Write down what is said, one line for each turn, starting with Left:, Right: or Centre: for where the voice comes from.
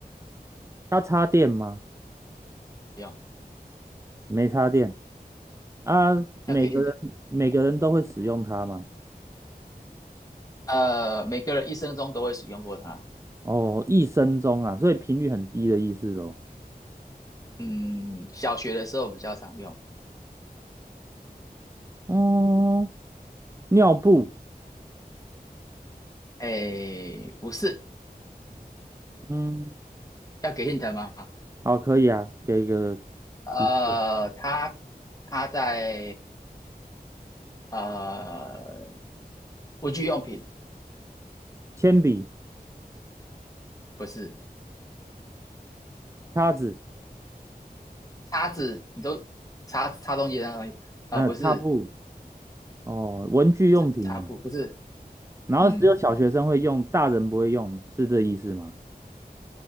Right: 它插电吗？
Left: 不用，
Right: 没插电啊。每个人每个人都会使用它吗？
Left: 要给 hint，呃，每个人一生中都会使用过它，
Right: 哦，一生中啊，所以频率很低的意思咯。
Left: 嗯，小学的时候比较常用。
Right: 哦，尿布，
Left: 哎，不是，
Right: 嗯，
Left: 要给 hint 吗？
Right: 好，可以啊，给一个
Left: 呃，
Right: 提示，
Left: 它它在呃文具用品，
Right: 铅笔、
Left: 不是
Right: 叉子，
Left: 叉子，你都擦擦东西的那个东西啊、
Right: 嗯、
Left: 呃不是
Right: 擦布，哦，文具用品哦。
Left: 擦擦布，不是，
Right: 然后只有小学生会用，
Left: 嗯，
Right: 大人不会用，是这意思吗？